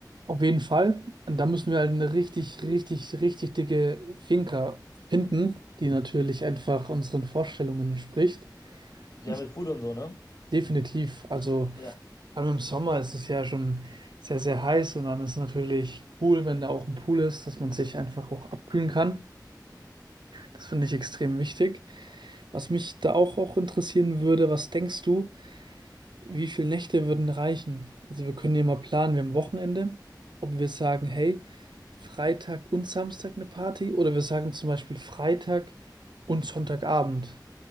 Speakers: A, on the right; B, on the left.
A: Auf jeden Fall. Und da müssen wir halt eine richtig, richtig, richtig dicke Finca finden, die natürlich einfach unseren Vorstellungen entspricht.
B: Ja,
A: Ich
B: mit Pool und so, ne?
A: definitiv, also
B: Ja.
A: vor allem im Sommer ist es ja schon sehr, sehr heiß und dann ist es natürlich cool, wenn da auch ein Pool ist, dass man sich einfach auch abkühlen kann. Das finde ich extrem wichtig. Was mich da auch, auch interessieren würde, was denkst du? Wie viele Nächte würden reichen? Also wir können ja mal planen, wir haben Wochenende, ob wir sagen, hey, Freitag und Samstag eine Party oder wir sagen zum Beispiel Freitag und Sonntagabend.